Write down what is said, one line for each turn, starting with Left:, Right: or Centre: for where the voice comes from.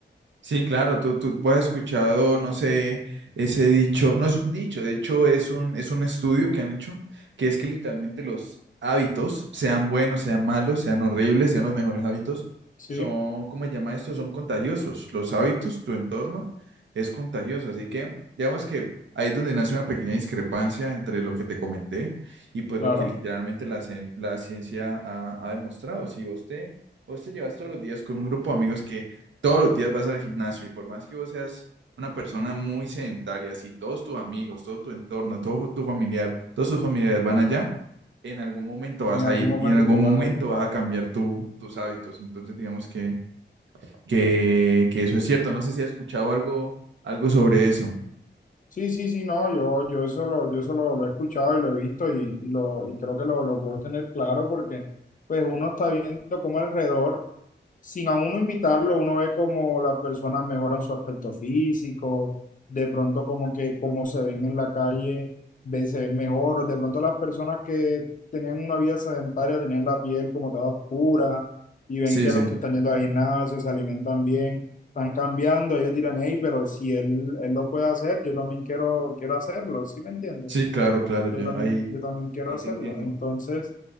Right: Sí, claro, tú, tú has escuchado, no sé, ese dicho, no es un dicho, de hecho es un, es un estudio que han hecho, que es que literalmente los hábitos, sean buenos, sean malos, sean horribles, sean los mejores hábitos,
Left: Sí,
Right: son, ¿cómo se llama esto? Son contagiosos. Los hábitos, tu entorno es contagioso, así que digamos que ahí es donde nace una pequeña discrepancia entre lo que te comenté y pues
Left: claro.
Right: lo que literalmente la, cien- la ciencia ha, ha demostrado. Si vos te, vos te llevas todos los días con un grupo de amigos que todos los días vas al gimnasio y por más que vos seas una persona muy sedentaria, si todos tus amigos, todo tu entorno, todo tu familiar, todos tus familiares van allá, en algún momento vas
Left: En algún
Right: a ir
Left: momento
Right: y en algún
Left: tú
Right: momento
Left: vas a ir, claro.
Right: vas a cambiar tu, tus hábitos. Entonces, digamos que, que, que eso es cierto. No sé si has escuchado algo, algo sobre eso.
Left: Sí, sí, sí, no, yo, yo eso lo, yo eso lo, lo he escuchado y lo he visto y, y lo, y creo que lo, lo puedo tener claro porque pues uno está viendo cómo alrededor. sin a uno invitarlo, uno ve como las personas mejoran su aspecto físico, de pronto como que como se ven en la calle, ve- se ven mejor, de pronto las personas que tenían una vida sedentaria tenían la piel como toda oscura y ven
Right: Sí,
Left: que
Right: sí,
Left: los que están yendo al gimnasio se alimentan bien, están cambiando, ellos dirán, hey, pero si él, él lo puede hacer, yo también quiero, quiero hacerlo, ¿sí me entiendes?
Right: sí, claro, claro,
Left: Yo
Right: yo
Left: también,
Right: ahí,
Left: yo también quiero
Right: ahí
Left: hacerlo.
Right: te entiendo.
Left: Entonces,